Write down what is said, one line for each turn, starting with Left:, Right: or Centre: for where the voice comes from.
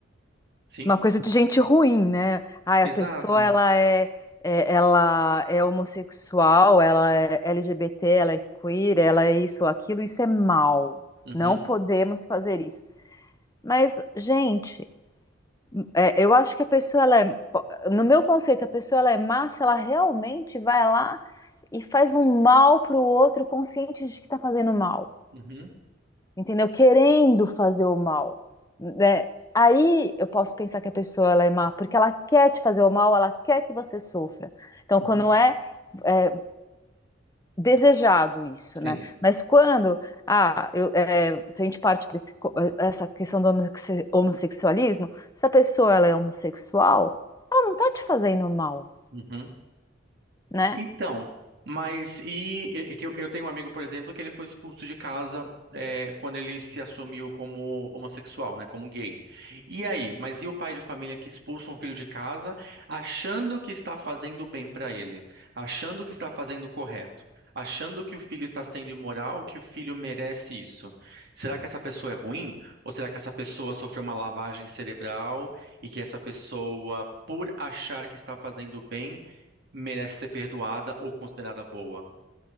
Right: sim,
Left: Uma coisa de gente ruim, né? Ai,
Right: exato.
Left: a pessoa ela é, é- ela é homossexual, ela é LGBT, ela é queer, ela é isso, aquilo, isso é mal.
Right: Uhum,
Left: Não podemos fazer isso. Mas, gente, é, eu acho que a pessoa ela é, no meu conceito, a pessoa ela é má se ela realmente vai lá e faz um mal pro outro consciente de que tá fazendo mal
Right: uhum,
Left: entendeu? Querendo fazer o mal, né? Aí eu posso pensar que a pessoa ela é má, porque ela quer te fazer o mal, ela quer que você sofra. Então,
Right: uhum,
Left: quando é, é, desejado isso,
Right: sim.
Left: né? Mas quando, ah, eu, é, se a gente parte para essa questão do homosse- homossexualismo, se a pessoa ela é homossexual, ela não tá te fazendo mal,
Right: Uhum.
Left: né?
Right: Então, mas e é que eu, eu tenho um amigo, por exemplo, que ele foi expulso de casa é, quando ele se assumiu como homossexual, né, como gay. E aí, mas e o pai de família que expulsa um filho de casa achando que está fazendo bem para ele, achando que está fazendo o correto, achando que o filho está sendo imoral, que o filho merece isso? Será que essa pessoa é ruim? Ou será que essa pessoa sofreu uma lavagem cerebral e que essa pessoa, por achar que está fazendo bem merece ser perdoada ou considerada boa.